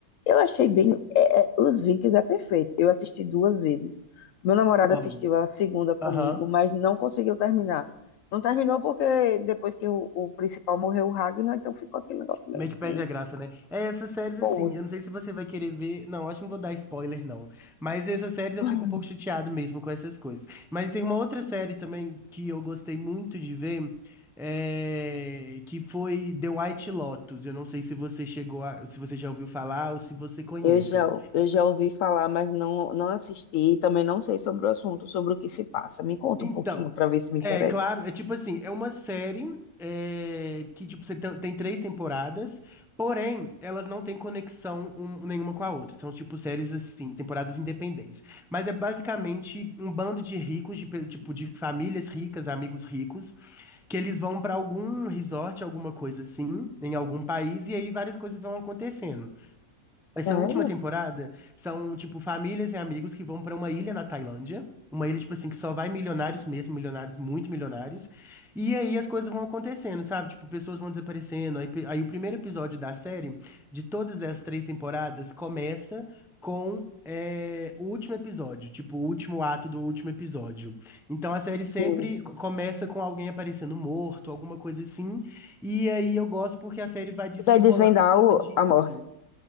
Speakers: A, on the left; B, in the centre.
A: Eu achei bem. é, é, os Vikings é perfeito. Eu assisti duas vezes. Meu namorado
B: Olha.
A: assistiu a segunda comigo,
B: Aham.
A: mas não conseguiu terminar. Não terminou porque depois que o, o principal morreu, o Ragnar, então ficou aquele negócio meio
B: Meio
A: assim.
B: que perde a graça, né? É, essas séries,
A: Pô,
B: assim, eu não sei se você vai querer ver. Não, acho que não vou dar spoiler, não. Mas essas séries eu
A: <laughs>
B: fico um pouco chateado mesmo com essas coisas. Mas tem uma outra série também que eu gostei muito de ver, é, que foi The White Lotus. Eu não sei se você chegou a... se você já ouviu falar ou se você conhece.
A: eu já, eu já ouvi falar, mas não, não assisti. e Também não sei sobre o assunto, sobre o que se passa. Me conta
B: Então.
A: um pouquinho para ver se me
B: É,
A: interessa.
B: claro, é tipo assim, é uma série é, que tipo, você tem, tem três temporadas, porém, elas não têm conexão um- nenhuma com a outra. São tipo séries assim, temporadas independentes. Mas é basicamente um bando de ricos, de, pe- tipo, de famílias ricas, amigos ricos, que eles vão pra algum resort, alguma coisa assim, em algum país, e aí várias coisas vão acontecendo. Essa
A: Sério?
B: última temporada são, tipo, famílias e amigos que vão pra uma ilha na Tailândia. Uma ilha, tipo assim, que só vai milionários mesmo, milionários, muito milionários. E aí as coisas vão acontecendo, sabe? Tipo, pessoas vão desaparecendo. Aí, pe- aí o primeiro episódio da série, de todas as três temporadas, começa com é, o último episódio, tipo, o último ato do último episódio. Então a série sempre
A: Sim.
B: co- começa com alguém aparecendo morto, alguma coisa assim. E aí eu gosto porque a série vai desenrolando
A: E vai desvendar
B: em cima
A: o-
B: disso.
A: a morte.